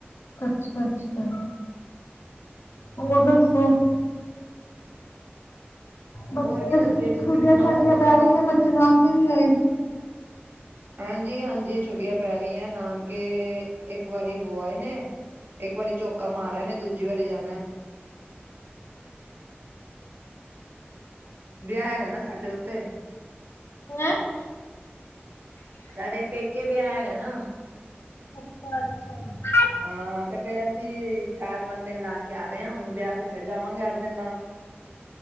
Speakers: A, on the left; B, on the right.
A: ਅੱਛਾ ਅੱਛਾ। ਹੋਰ ਦੱਸੋ? ਬੱਚੇ
B: ਹੋਰ ਕੀ ਦੱਸੀਏ ਤੁਸੀਂ
A: ਛੁੱਟੀਆਂ
B: ਸੁਣਾਓ
A: ਛਾਟੀਆਂ
B: ਤੁਸੀਂ
A: ਪੈ ਗਈਆ, ਬੱਚੇ ਨਾਨਕੇ ਨੀ ਗਏ?
B: ਹਾਂਜੀ ਹਾਂਜੀ ਛੁੱਟੀਆਂ ਪੈ ਗਈਆਂ ਨਾਨਕੇ ਇੱਕ ਵਾਰੀ ਹੋ, ਆਏ ਨੇ ਇੱਕ ਵਾਰੀ ਝੋਕਾ ਮਾਰ ਆਏ ਨੇ ਦੂਜੀ ਵਾਰੀ ਜਾਨਾ। ਵਿਆਹ ਹੈਗਾ, ਨਾ ਸਾਡੇ ਉੱ ਤੇ--ਤ
A: ਹੈਂ? <inaudible>
B: ਸਾਡੇ ਪੇਕੇ ਵਿਆਹ ਹੈਗਾ ਨਾ,
A: ਅੱਛਾ ਅੱਛਾ।
B: ਹਾਂ ਤੇ ਫਿਰ ਅਸੀਂ ਚਾਰ ਪੰਜ ਦਿਨ ਲਾ ਕੇ ਆ ਗਏ ਹਾਂ, ਹੁਣ ਵਿਆਹ ਤੇ ਫਿਰ ਜਾਵਾਂਗੇ ਅੱਠ ਦਿਨ ਲਾਉਣ